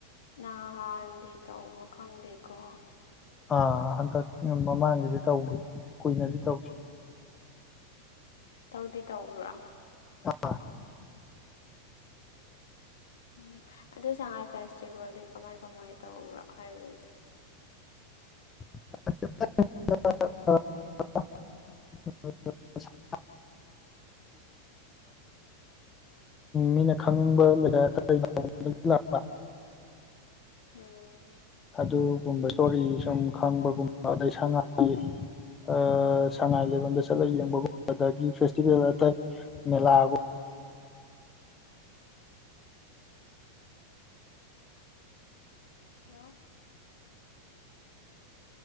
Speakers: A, on the left (about 60°); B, on the left (about 20°).
A: ꯅꯍꯥꯟꯗꯤ ꯇꯧꯕ ꯈꯪꯗꯦꯀꯣ
B: ꯑꯥ ꯍꯟꯗꯛ ꯃꯃꯥꯡꯒꯤꯗꯤ ꯇꯧꯈꯤ ꯀꯨꯏꯅꯗꯤ ꯇꯧꯗ꯭ꯔꯤ
A: ꯇꯧꯗꯤ ꯇꯧꯕ꯭ꯔ
B: ꯑꯥ
A: ꯎꯝ ꯑꯗꯨ ꯁꯉꯥꯏ ꯐꯦꯁꯇꯤꯚꯦꯜꯗꯤ ꯀꯃꯥꯏ ꯀꯃꯥꯏ ꯇꯧꯕ꯭ꯔꯥ ꯍꯥꯏꯔꯗꯤ
B: <unintelligible> <unintelligible> ꯃꯤꯅ ꯈꯪꯅꯤꯡꯕ <unintelligible> ꯗꯥꯩꯅ ꯂꯥꯛꯄ
A: ꯎꯝ
B: ꯑꯗꯨ ꯨꯎꯝꯕ ꯏꯁꯇꯣꯔꯤ ꯁꯨꯝ ꯈꯪꯕꯒꯨꯝꯕ ꯑꯗꯩ ꯁꯉꯥꯏ ꯑꯥ ꯁꯉꯥꯏ ꯂꯩꯔꯣꯝꯗ ꯆꯠꯂꯒ ꯌꯦꯡꯕꯒꯨꯝꯕ ꯑꯗꯒꯤ ꯐꯦꯁꯇꯤꯚꯦꯜ ꯑꯇꯩ ꯃꯦꯂꯥꯒꯨꯝꯕ
A: ꯍꯜꯂꯣ